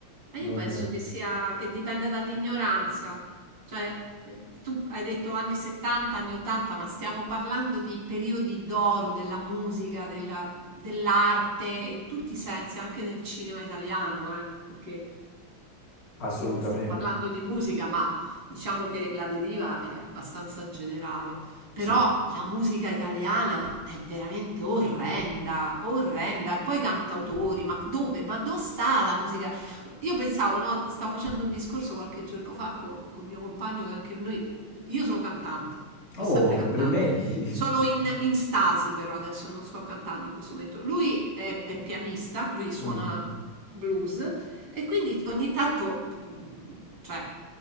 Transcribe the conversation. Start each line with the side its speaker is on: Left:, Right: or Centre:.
Right: Ma
Left: Non...
Right: io penso che sia, che dipende dall'ignoranza. Cioè, eh, tu hai detto anni 70, anni 80, ma stiamo parlando di periodi d'oro della musica, della- dell'arte, in tutti i sensi, anche nel cinema italiano, eh, perché
Left: Assolutamente.
Right: oh, stiamo parlando di musica, ma diciamo che la deriva è abbastanza generale. Però
Left: Sì.
Right: la musica italiana è veramente orrenda, orrenda. Poi cantautori, ma dove, ma dove sta la musica? Io pensavo, no, stavo facendo un discorso qualche giorno fa co- col mio compagno, che anche lui, io sono cantante,
Left: Oh,
Right: ho sempre
Left: complimenti.
Right: cantato,
Left: <laughs>
Right: sono in, in stasi però adesso, non sto cantando in questo momento. Lui è, è pianista, lui suona
Left: Mm.
Right: blues e quindi ogni tanto, mm, cioè,